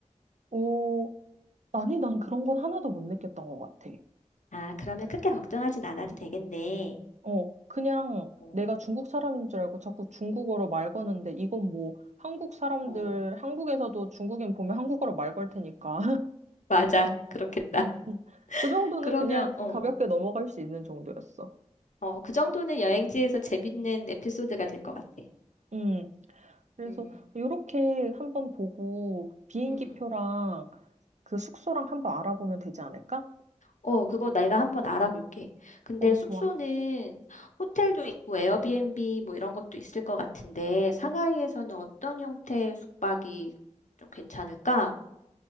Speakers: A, on the right; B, on the left.
A: 오, 아니, 난 그런 건 하나도 못 느꼈던 것 같아.
B: 아, 그러면 크게 걱정하진 않아도 되겠네.
A: 어, 그냥
B: 어,
A: 내가 중국 사람인 줄 알고 자꾸 중국어로 말 거는데 이건 뭐 한국 사람들,
B: 어,
A: 한국에서도 중국인 보면 한국어로 말걸 테니까.
B: 맞아. 그렇겠다.
A: <laughs> 그
B: <laughs>
A: 정도는
B: 그러면,
A: 그냥
B: 어,
A: 가볍게 넘어갈 수 있는 정도였어.
B: 어, 그 정도는 여행지에서 재밌는 에피소드가 될 것 같아.
A: 음. 그래서
B: 음,
A: 이렇게 한번 보고 비행기표랑
B: 음.
A: 그 숙소랑 한번 알아보면 되지 않을까?
B: 어, 그거 내가 한번 알아볼게. 근데
A: 어,
B: 숙소는
A: 좋아.
B: 호텔도 있고 에어비앤비 뭐 이런 것도 있을 것 같은데 상하이에서는 어떤 형태의 숙박이 좀 괜찮을까?